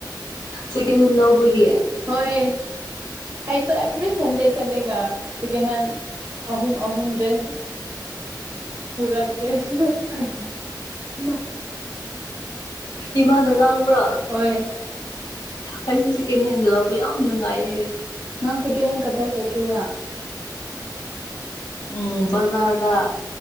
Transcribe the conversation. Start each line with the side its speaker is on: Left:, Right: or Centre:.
Left: ꯁꯦꯀꯦꯟ ꯍꯦꯟ ꯂꯧꯕꯒꯤ
Right: ꯍꯣꯏ ꯑꯩꯗꯣ ꯑꯦꯕꯔꯤ ꯁꯟꯗꯦ ꯆꯠꯂꯦꯒ ꯁꯦꯀꯦꯟ ꯍꯦꯟꯗ ꯑꯍꯨꯝ ꯑꯍꯨꯝ ꯗ꯭ꯔꯦꯁ ꯄꯨꯔꯥ ꯇꯃ <unintelligible>
Left: ꯏꯃꯥꯅ ꯉꯥꯡꯕ꯭ꯔꯥ
Right: ꯍꯣꯏ
Left: ꯑꯩꯁꯨ ꯁꯦꯀꯦꯟ ꯍꯦꯟꯗ ꯂꯧꯕ ꯌꯥꯝ ꯅꯨꯡꯉꯥꯏꯌꯦ
Right: ꯅꯪ ꯁꯦꯀꯦꯟ ꯍꯦꯅꯗ ꯀꯠꯇꯥꯏ ꯆꯠꯀꯦꯔ
Left: ꯎꯝ ꯕꯖꯥꯔꯗ